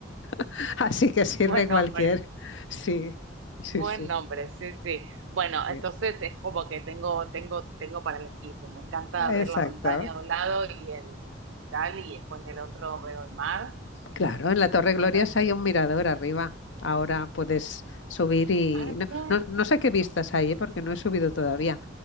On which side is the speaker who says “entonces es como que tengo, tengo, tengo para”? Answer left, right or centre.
Right